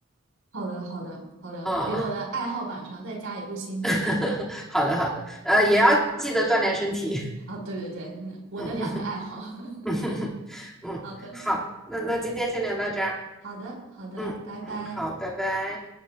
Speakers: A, on the right; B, in the centre.
A: 好的，好的，好的，
B: 嗯，
A: 给我的爱好榜上再加一部新剧。
B: <laughs> 好的好的，呃，也要记得锻炼身体。
A: 啊，对对对，我的两个爱好。
B: 嗯
A: <laughs>
B: <laughs> 嗯，
A: 好的，
B: 好，那那今天先聊到这儿。
A: 好的，好的，
B: 嗯嗯，
A: 拜拜。
B: 好，拜拜。